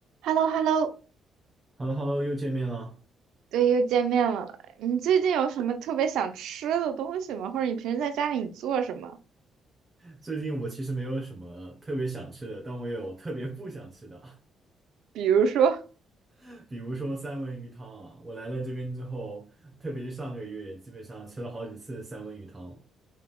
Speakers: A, on the right (about 80°); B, on the right (about 20°).
A: h e l l o h e l l o
B: h e l l o h e l l o 又见面了。
A: 对，又见面了。你最近有什么特别想吃的东西吗？或者你平时在家里你做什么？
B: 最近我其实没有什么特别想吃的，但我也有特别不想吃的，
A: 比如说
B: <laughs> 比如说三文鱼汤啊。我来了这边之后，特别是上个月，基本上吃了好几次三文鱼汤。